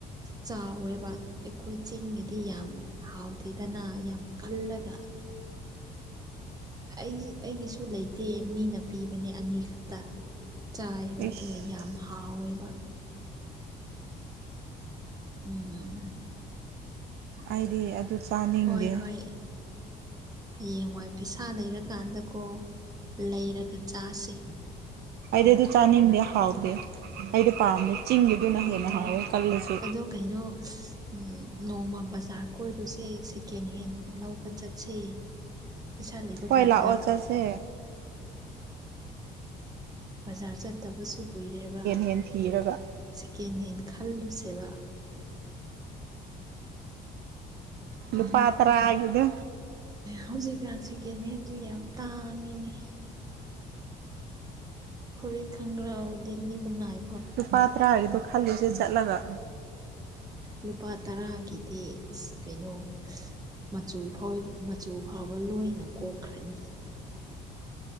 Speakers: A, on the right; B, on the right.
A: ꯆꯥꯎꯋꯦꯕ ꯑꯩꯈꯣꯏ ꯆꯤꯡꯒꯤꯗꯤ ꯌꯥꯝ ꯍꯥꯎꯇꯦꯗꯅ ꯌꯥꯝ ꯀꯜꯂꯒ ꯑꯩ ꯑꯩꯒꯤꯁꯨ ꯂꯩꯇꯦ ꯃꯤꯅ ꯄꯤꯕꯅꯦ ꯑꯅꯤ ꯈꯛꯇ ꯆꯥꯏꯑꯦꯕ
B: ꯏꯁ
A: ꯑꯗꯨꯒ ꯌꯥꯝ ꯍꯥꯎꯋꯦꯕ ꯎꯝ
B: ꯑꯩꯗꯤ ꯑꯗꯨ ꯆꯥꯅꯤꯡꯗꯦ
A: ꯍꯣꯏ ꯍꯣꯏ ꯍꯌꯦꯡꯋꯥꯏ ꯄꯩꯁꯥ ꯂꯩꯔꯀꯥꯟꯗꯀꯣ ꯂꯩꯔꯒ ꯆꯥꯁ‌ꯦ
B: ꯑꯩꯗꯤ ꯑꯗꯨ ꯆꯥꯅꯤꯡꯗꯦ ꯍꯥꯎꯇ‌ꯦ ꯑꯩꯗꯤ ꯄꯥꯝꯗ‌ꯦ ꯆꯤꯡꯒꯤꯗꯨꯅ
A: ꯑꯣ
B: ꯍꯦꯟꯅ ꯍꯥꯎꯋꯦ ꯀꯜꯂꯁꯨ
A: ꯑꯗꯣ ꯀꯩꯅꯣ ꯎꯝ ꯅꯣꯡꯃ ꯕꯖꯥꯔ ꯀꯣꯏꯔꯨꯁꯦ ꯁꯦꯀꯦꯟꯍꯦꯟ ꯂꯧꯕ ꯆꯠꯁꯦ ꯄꯩꯁꯥ ꯂꯩꯕ
B: ꯍꯣꯏ
A: ꯀꯥꯟꯗ
B: ꯂꯥꯛꯑꯣ ꯆꯠꯁꯦ
A: ꯕꯖꯥꯔ ꯆꯠꯇꯕꯁꯨ ꯀꯨꯏꯔꯦꯕ
B: ꯌꯦꯟ ꯊꯤꯔꯒ
A: ꯁꯦꯀꯦꯟꯍꯦꯟ ꯈꯜꯂꯨꯁꯦꯕ
B: ꯂꯨꯄꯥ
A: ꯎꯝ
B: ꯇꯥꯔꯒꯤꯗꯣ
A: ꯍꯧꯖꯤꯛꯀꯥꯟ ꯁꯤꯀꯦꯟꯍꯦꯟꯁꯨ ꯌꯥꯝ ꯇꯥꯡꯉꯤꯅꯦ ꯐꯨꯔꯤꯠ ꯈꯪꯒ꯭ꯔꯥꯎ ꯂꯤꯠꯂꯤꯕꯥꯉꯥꯏ
B: ꯂꯨꯄꯥ ꯇꯔꯥꯒꯤꯗꯣ ꯈꯜꯂꯨꯁꯦ ꯆꯠꯂꯒ
A: ꯂꯨꯄꯥ ꯇꯔꯒꯤꯗꯤ ꯏꯁ ꯀꯩꯅꯣ ꯃꯆꯨ ꯐꯣꯏ ꯃꯆꯨ ꯐꯥꯎꯕ ꯂꯣꯏꯅ ꯀꯣꯛꯈ꯭ꯔꯅꯤ